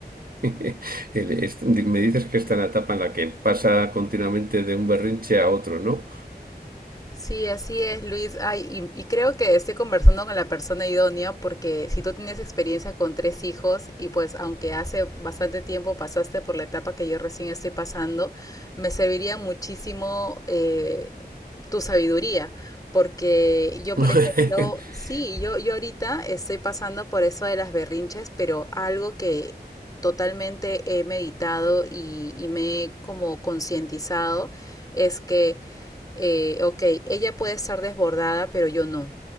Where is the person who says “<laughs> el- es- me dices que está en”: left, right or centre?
Right